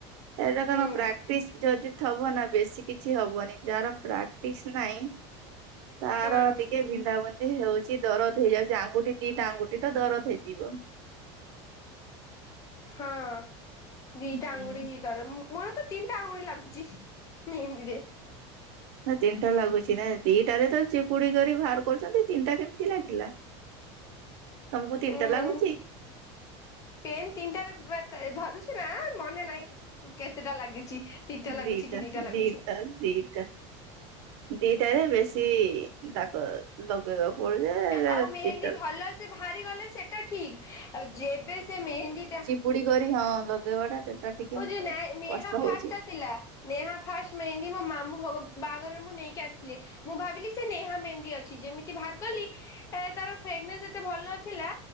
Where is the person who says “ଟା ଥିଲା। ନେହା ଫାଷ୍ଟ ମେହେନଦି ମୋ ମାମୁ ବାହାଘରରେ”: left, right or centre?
Left